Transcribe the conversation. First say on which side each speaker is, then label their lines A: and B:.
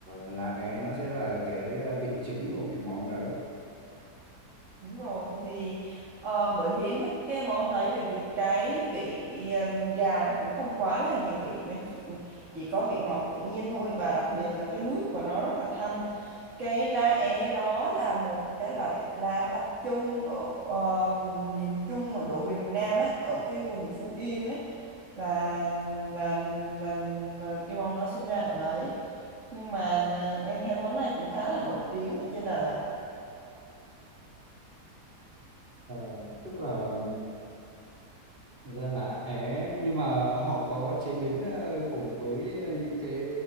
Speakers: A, on the right; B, on the right.
A: lá é nó sẽ là cái à, vị chính của cái món đấy
B: Đúng rồi thì ờ, bởi vì em thích cái món đấy bởi vì cái vị ờ, gà nó cũng không quá là nhiều vị nó chỉ chỉ có vị ngọt tự nhiên thôi và đặc biệt là cái nước của nó rất là thanh cái lá é đó là một cái loại lá đặc trưng ở ờ, vùng miền Trung mà đổ về miền Nam á ở cái vùng Phú Yên á là là là, là cái món đó sinh ra ở đấy nhưng mà ờ, em thấy món này cũng khá là nổi tiếng ở trên Đà Lạt
A: Ờ, tức là Thật ra là é nhưng mà họ có chế biến ờ, cùng với ờ, những cái